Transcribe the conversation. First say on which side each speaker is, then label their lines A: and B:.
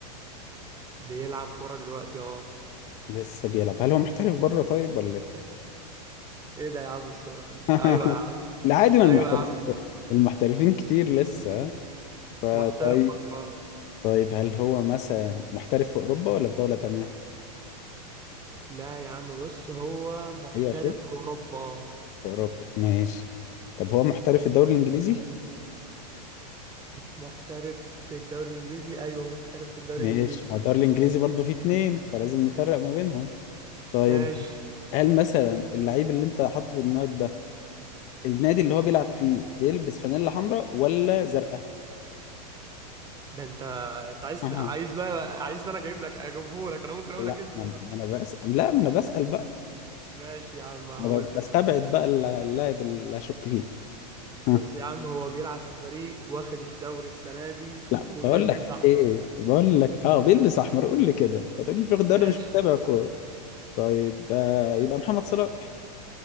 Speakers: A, on the right; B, on the left.
A: بيلعب كورة دلوقتي اه
B: لسه بيلعب هل هو محترف بره طيب ولا ايه؟
A: ايه ده يا عم السرعة دي
B: <laughs>
A: ايوه يا عم
B: لا عادي ما
A: ايوه
B: المحترفين
A: يا عم
B: <laughs> المحترفين كتير لسه فطيب
A: محترف بره آه.
B: طيب هل هو مثلا محترف في اوروبا ولا في دولة تانية؟
A: لا يا عم بص هو محترف
B: ايوه شوف
A: في اوروبا اه
B: في اوروبا ماشي طب هو محترف في الدوري الانجليزي؟
A: محترف في الدوري الانجليزي ايوه محترف في الدوري
B: ماشي
A: الانجليزي
B: ما هو الدوري الانجليزي برضه فيه اتنين فلازم نفرق ما بينهم طيب
A: ماشي
B: هل مثلا اللعيب اللي انت حاطه في دماغك ده النادي اللي هو بيلعب فيه بيلبس فانيلا حمراء ولا زرقاء؟
A: ده انت انت عايز
B: أها.
A: عايز بقى عايز انا اجيب لك اجيبه لك انا ممكن اقول
B: لا
A: لك اسمه
B: ما انا
A: بقى
B: ما أنا بسأل لا ما انا بسأل بقى
A: ماشي يا عم هقول
B: انا ب- بستبعد
A: لك
B: بقى الل- اللاعب اللي اشك فيه
A: بص
B: ها
A: يا عم هو بيلعب في فريق واخد الدوري السنة دي
B: لا
A: وبيلبس
B: بقول لك <laughs>
A: أحمر
B: ايه بقول لك اه بيلبس احمر قول لي كده بتقول لي الفخ ده انا
A: ماشي
B: مش متابع كوره طيب آه يبقى محمد صلاح